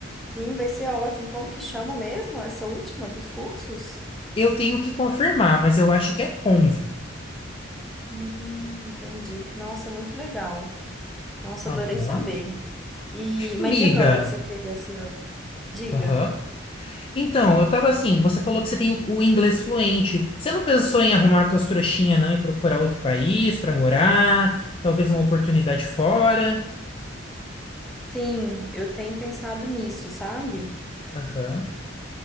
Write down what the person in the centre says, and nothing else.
sim, vai ser ótimo. Como que chama mesmo essa última dos cursos?
Hum, entendi. Nossa, muito legal. Nossa,
adorei saber. E, mas
e agora que
você fez essa diga?
Sim, eu tenho pensado nisso, sabe?